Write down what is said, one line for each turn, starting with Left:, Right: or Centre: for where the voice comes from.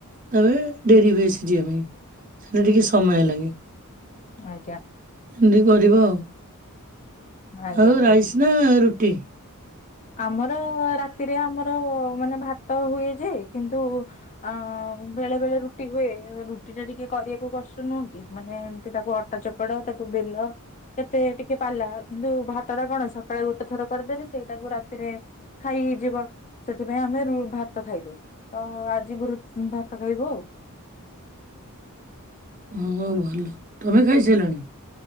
Right: ତାବେ ଡେରି ହୁଏ ସିଜିବା ପାଇଁ ସେଥିରେ ଟିକେ ସମୟ ଲାଗେ।
Left: ଆଜ୍ଞା।
Right: ଏମିତି କରିବ।
Left: ଆଜ୍ଞା
Right: ଆଉ
Left: ଆଜ୍ଞା
Right: ରାଇସ୍ ନା ରୁଟି?
Left: ଆମର-ଅ-ଅ-ଅ ରାତିରେ ଆମର-ଅ-ଅ ମାନେ ଭାତ ହୁଏ ଯେ କିନ୍ତୁ ଅ-ଅ-ଅ ବେଳେ ବେଳେ ରୁଟି ହୁଏ। ରୁଟି ଟା ଟିକେ କରିବାକୁ କଷ୍ଟ ନୁହଁ କି। ମାନେ ଏମତି ତାକୁ ଅଟା ଚୋକଡ ତାକୁ ବେଲ। କେତେ ଟିକେ ପାଲା କିନ୍ତୁ ଭାତ ଟା କଣ ସକାଳେ ଗୋଟେ ଥର କରିଦେଲେ ସେଇଟାକୁ ରା ତିରେ ଖାଇ ହେଇଯିବ ସେଥିପାଇଁ ଆମେ ରୁ-ଉ-ଉ ଭାତ ଖାଇଦଉ। ତ ଆଜିି ବ୍ରୁ ଉ ଭାତ ଖାଇବୁ।
Right: ହୁଁ-ଉ ଭଲ ତମେ ଖାଇସାରିଲଣି?